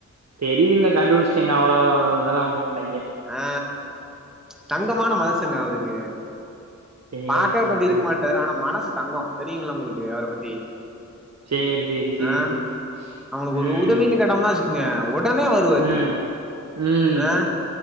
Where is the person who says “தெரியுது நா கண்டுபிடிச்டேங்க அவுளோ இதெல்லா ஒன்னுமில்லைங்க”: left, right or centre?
Right